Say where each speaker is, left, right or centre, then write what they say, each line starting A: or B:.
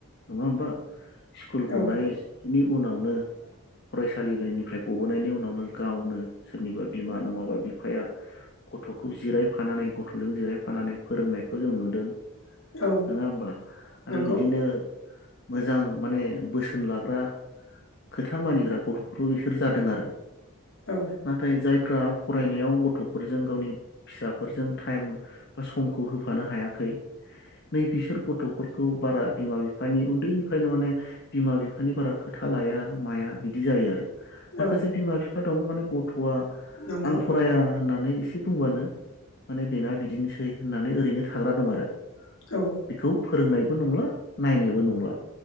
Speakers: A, on the left; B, on the left.
A: नङा होमबा। स्कुल गनायनि
B: औ
A: उनावनो। फरायसालिनिफ्राय गबोनायनि उनावनो गावनो सोरनिबा बिमा नङाबा बिफाया। गथ'खौ जिरायफानानै गथ' फोरजों जिरायफानानै फोरोंनायखौ जों नुदों
B: औ
A: नोङा होमबा
B: नंगौ
A: आरो बिदिनो। मोजां माने बोसोन लाग्रा खोथा मानिग्रा गथ'फोरनि बिसोर जादों आरो
B: औ
A: नाथाय जायफ्रा फरायनायाव गथ'फोरजों गावनि फिसाफोरजों थायेम समखौ होफानो हायाखै नै बिसोर गथ'फोरखौ बारा बिमा बिफा माने उन्दैनिफ्रायनो माने बिमा बिफानि बारा खोथा लाया माया बिदि जायो आरो माखासे
B: औ
A: बिमा बिफा दं माने गथ'आ
B: नंगौ
A: आं फराया होननानै एसे बुंबानो माने बेना बिदिनोसै होननानै ओरैनो थाग्रा दं आरो
B: औ
A: बेखौ फोरोंनायबो नंला नायनायबो नंला